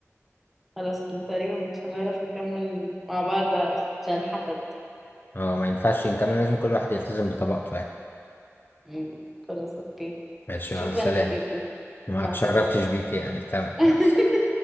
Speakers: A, in the centre; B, on the left.
A: خلاص احنا تقريبا مش هنعرف نكمل مع بعض عشان الحسد
B: اه ما ينفعش نكمل لازم كل واحد يلتزم بطبقته يعني
A: مم، خلاص اوكي
B: ماشي
A: شكرا
B: يلا سلام
A: ليك جدا
B: ما
A: مع
B: اتشرفتش
A: السلامة
B: بيك يعني تمام
A: <laughs>
B: يلا سلام.